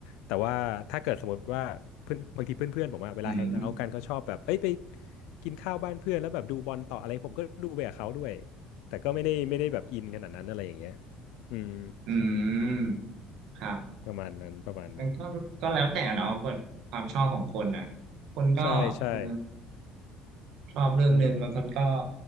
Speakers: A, on the left; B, on the right.
A: แต่ว่าถ้าเกิดสมมติว่าเพื่อนบางทีเพื่อนๆผมอะเวลาแฮงเอาท์กันเขาชอบแบบเอ้ยไป
B: อืม
A: กินข้าวบ้านเพื่อนแล้วแบบดูบอลต่ออะไรผมก็ดูไปกับเขาด้วยแต่ก็ไม่ได้ไม่ได้แบบอินขนาดนั้นอะไรอย่างเงี้ยอืม
B: อืมครับ
A: ประมาณนั้นประมาณนั้น
B: มันก็ก็แล้วแต่เนาะเปิดความชอบของคนอ่ะคนก็เออ
A: ใช่ใช่
B: ชอบเรื่องหนึ่งบางคนก็
A: อืม